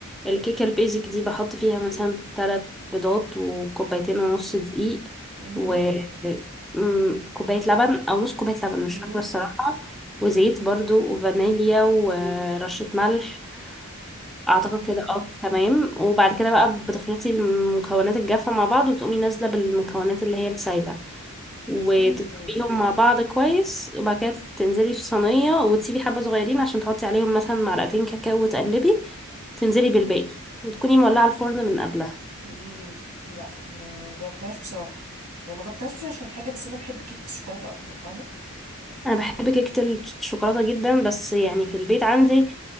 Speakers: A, in the centre; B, on the right.
A: الكيكه البيزك دي بحط فيها مثلا ثلاث بيضات وكوبايتين ونص دقيق
B: مهم.
A: وكوبايه لبن او نص كوبايه لبن مش
B: مهم.
A: فاكره الصراحه وزيت برضو وفانيليا ورشه ملح اعتقد
B: مهم.
A: كده اه تمام وبعد كده بقى بتخلطي المكونات الجافه مع بعض وتقومي نازله بالمكونات اللي هي السايبه وتضربيهم
B: مهم.
A: مع بعض كويس وبعد كده تنزلي في صينية وتسيبي حبة صغيرين عشان تحطي عليهم مثلا معلقتين كاكاو وتقلبي تنزلي بالباقي وتكوني مولعة الفرن من قبلها
B: امم لا ما جربتهاش بصراحه يعني ما جربتهاش مش عشان حاجه بس انا بحب كيكه الشوكولاته اكتر فاهمه
A: أنا بحب كيكة الشوكولاتة جدا بس يعني في البيت عندي